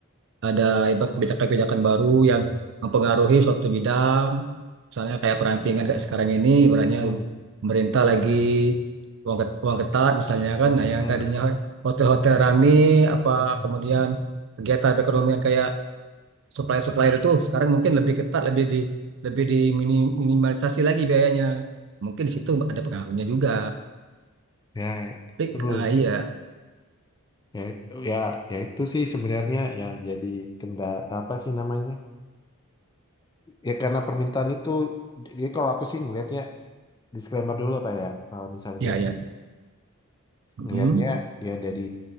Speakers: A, on the right (about 55°); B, on the left (about 20°).
A: ada ibarat kebijakan-kebijakan baru yang mempengaruhi suatu bidang. Misalnya kayak perampingan kayak sekarang ini, ibaratnya
B: hmm,
A: pemerintah lagi uang ket- uang ketat misalnya kan, nah yang
B: hmm,
A: tadinya hotel-hotel rame, apa
B: hmm.
A: kemudian kegiatan perekonomian kayak supplier-supplier itu sekarang mungkin lebih ketat, lebih di lebih diminimalisasi lagi biayanya. Mungkin di situ ada pengaruhnya juga.
B: Ya itu
A: Tapi, eh, iya,
B: ya itu ya ya itu sih sebenarnya ya jadi kenda apa sih namanya? Ya karena permintaan itu jadi kalau aku sih ngelihatnya disclaimer dulu Pak ya. Kalau misalnya
A: iya,
B: dari
A: iya.
B: Ngelihatnya
A: Mm.
B: ya dari